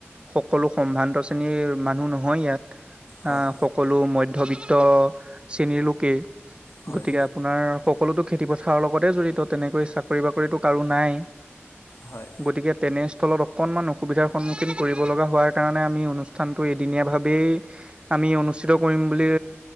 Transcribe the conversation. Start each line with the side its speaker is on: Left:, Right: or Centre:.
Right: সকলো সম্ভ্ৰান্ত শ্ৰেণীৰ মানুহ নহয় ইয়াত,
Left: হয়
Right: আহ সকলো মধ্যবিত্ত শ্ৰেণীৰ লোকেই
Left: হয়
Right: গতিকে আপোনাৰ সকলোতো খেতি পথাৰৰ লগতে জড়িত তেনেকৈ চাকৰি বাকৰিতো কাৰো নাই। <inaudible>
Left: হয়
Right: গতিকে তেনেস্থলত অকণমান অসুবিধাৰ সন্মুখীন কৰিব লগা হোৱাৰ কাৰণে আমি অনুষ্ঠানটো এদিনীয়া ভাৱে আমি অনুষ্ঠিত কৰিম বুলি